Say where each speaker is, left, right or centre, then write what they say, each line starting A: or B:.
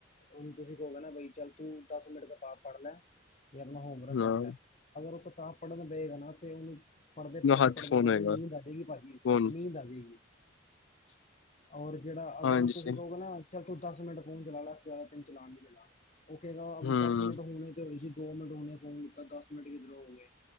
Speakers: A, on the left; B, on the left.
A: ਹੁਣ ਤੁਸੀਂ ਕਹੋਗੇ ਨਾ ਕੀ ਬਈ ਚੱਲ ਤੂੰ ਦਸ ਮਿੰਟ ਕਿਤਾਬ ਫੜ ਲੈ ਜਾਂ ਆਪਣਾ ਹੋਮਵਰਕ
B: ਹਾਂ
A: ਕਰ ਲੈ, ਅਗਰ ਉਹ ਕਿਤਾਬ ਪੜ੍ਹਨ ਬਏਗਾ ਨਾ ਤੇ ਉਹ ਪੜ੍ਹਦੇ- ਪੜ੍ਹਦੇ-
B: ਹੱਥ
A: ਪੜ੍ਹਦੇ-
B: ਫੋਨ
A: ਪੜ੍ਹਦੇ
B: ਹੋਏਗਾ
A: ਨੀਂਦ ਆਜੇਗੀ ਭਾਜੀ,
B: ਫੋਨ
A: ਨੀਂਦ ਆਜੇਗੀ ਔਰ ਜੇੜਾ ਅਗਰ
B: ਹਾਂਜੀ
A: ਹੁਣ ਤੁਸੀਂ
B: ਸਹੀ
A: ਕਹੋਗੇ ਨਾ ਚੱਲ ਤੂੰ ਦਸ ਮਿੰਟ ਫੋਨ ਚਲਾਲਾ ਉਸ ਤੋ ਜਿਆਦਾ ਤੈਨੂੰ ਚਲਾਣ ਨੀ ਦੇਨਾ, ਉਹ ਕਹੇਗਾ
B: ਹੂੰ
A: ਦਸ ਮਿੰਟ ਹੁਣੇ ਤੇ ਹੋਏ ਸੀ ਦੋ ਮਿੰਟ ਹੁਨੇ ਫੋਨ ਲੀਤਾ, ਦਸ ਮਿੰਟ ਕਿੱਧਰੋਂ ਹੋ ਗਏ,